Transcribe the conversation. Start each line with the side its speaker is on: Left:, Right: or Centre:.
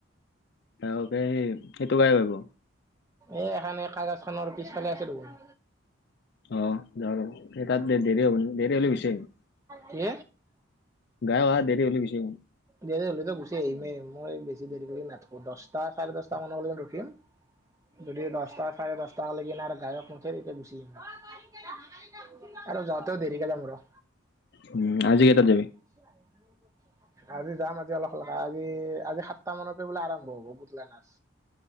Left: তেঁওলোকে সেই সেইটো গাই ভাবিব
Right: এই এখানি কাগাজ খনৰ পিছফালে আছে দেখোন।
Left: অ যাওঁ ৰব সেই তাত যে হব নেকি, দেৰি হলে গুচি আহিম।
Right: কি
Left: গা ভাই দেৰি হলে গুচি আহিম।
Right: দেৰি হ'লেতো গুচি আহিমেই মই বেছি দেৰি কৰি নাথাকো দহটা চাৰে দহটা মানক লৈকে ৰখিম। যদি দছটা চাৰে দছটা লাগিন আৰ‌ গায়ক নুঠে তেতিয়া গুচি আহম। আৰু যাওঁতেও দেৰিকে যাম ৰ।
Left: উম আজ কেটায়া যাবি?
Right: <unintelligible> আজি যাম আজি অলপ অ আজি আজি সাতটা মানৰ পৰা বোলে আৰম্ভ হব পুতলা নাচ।